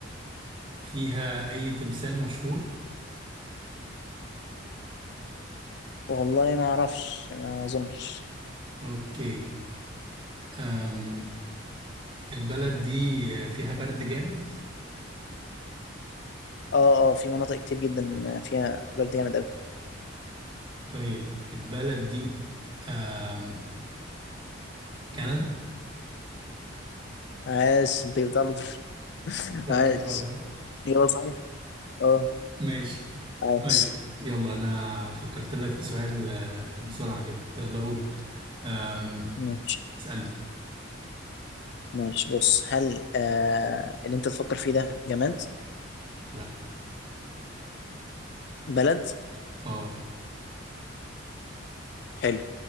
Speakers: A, on the right; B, on the left.
A: فيها اي تمثال مشهور
B: والله ما اعرفش ما اظنش
A: اوكي أم البلد دي آه، فيها برد جامد
B: اه اه في مناطق كتير جدا فيها برد جامد قوي
A: طيب البلد دي آم، كندا
B: عاش انت جبتها على طول <laughs>
A: جبتها
B: عاش
A: بسرعة صح؟
B: يلا صحيح اه
A: ماشي
B: عاش
A: طيب يلا انا فكرت لك في سؤال آه، بسرعة كده يلا قول آم،
B: ماشي
A: اسألني
B: ماشي بص هل آه اللي انت تفكر فيه ده جماد
A: لا
B: بلد
A: اه
B: حلو